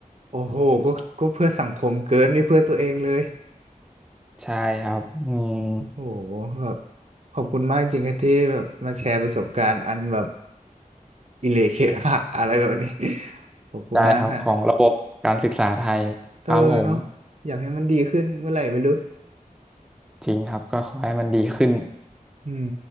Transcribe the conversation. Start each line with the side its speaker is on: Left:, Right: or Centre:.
Right: โอ้โหก็ก็เพื่อสังคมเกินไม่เพื่อตัวเองเลย
Centre: <laughs> ใช่ครับอืม
Right: โอ้โหแบบขอบคุณมากจริงๆครับที่แบบมาแชร์ประสบการณ์อันแบบอิเลเคคะอะไรแบบนี้ <laughs> ขอบคุณมากฮะ
Centre: ใช่ครับของระบบการศึกษาไทยครับผม
Right: เออเนาะอยากให้มันดีขึ้นเมื่อไหร่ไม่รู้
Centre: จริงครับก็ขอให้มันดีขึ้น
Right: อืม